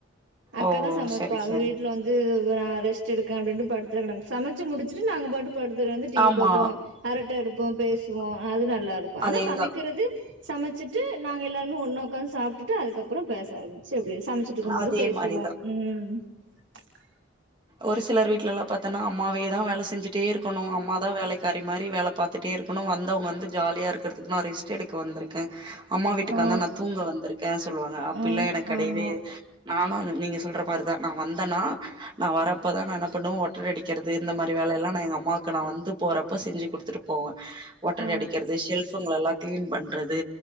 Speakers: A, on the right; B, on the right.
A: அக்கா
B: ஓ
A: தா சமைப்பா
B: சரி
A: அவ
B: சரி
A: வீட்ல வந்து நா ரெஸ்ட் எக்கே அப்பின் படுத்து கெடக்கே சமைச்சு முடிச்சுட்டு நாங்க பாட்டு படுத்து கெடந்து டி வி
B: ஆமா
A: பாப்போ அரட்டை எடுப்போ பேசுவோ அது நல்லாருக்கு
B: அதேதா
A: ஆனா சமைக்கிறது சமைச்சிட்டு நாங்க எல்லாருமே ஒன்னா ஒக்காந்து சாப்ட்டுட்டு அதுக்கப்புற பேச ஆரம்பிச்சு எப்டி சமைச்சுட்ருக்கும் போது
B: அதே
A: பேசுவோ
B: மாரிதா
A: ம் <inaudible>
B: ஒரு சிலர் வீட்டுலல்லா பாத்தோன்னா அம்மாவே தா வேல செஞ்சுட்டே இருக்கணு அம்ம தா வேலைக்காறி மாரி வேல பாத்துட்டே இரு இருக்கணு வந்தவங்க வந்து ஜாலியா இருக்கிறதுக்கு நா ரெஸ்ட்டு எடுக்க வந்திருக்கே அம்மா வீட்டுக்கு
A: ஆ
B: வந்தா நா தூங்க வந்திருக்கேன்னு சொல்லுவாங்க அப்பில்ல
A: ம்
B: எனக்கு கெடையவே
A: ஆமா
B: நானு அ நீங்க சொல்ற மாரிதா தா நா வந்து தா நா வரப்பதா நா என்ன பண்ணுவே ஒட்ற அடிக்கிறது இந்த மாரி வேலைல்லா எங்க அம்மாவுக்கு நா வந்து போறப்ப செ செஞ்சு குடுத்துட்டு போவே ஒட்டட
A: ஆ
B: அடிக்கிறது ஷல்ஃபங்குல்லா கிளீன் பண்றது